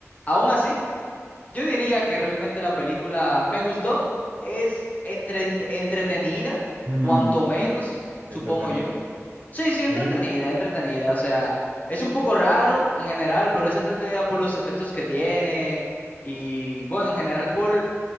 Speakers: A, on the left; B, on the right.
A: Aún así. Yo diría que realmente la película me gustó, es entre- entretenida,
B: Mm,
A: cuanto menos, supongo
B: entretenido.
A: yo. Sí, sí, entretenida,
B: Yo digo,
A: entretenida, o sea, es un poco raro en general, pero es entretenida por los efectos que tiene y bueno, en general por